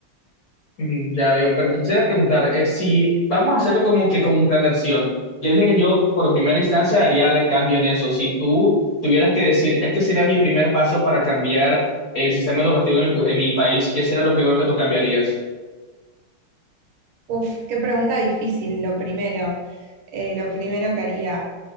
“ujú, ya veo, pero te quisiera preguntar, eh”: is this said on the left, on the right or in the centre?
Left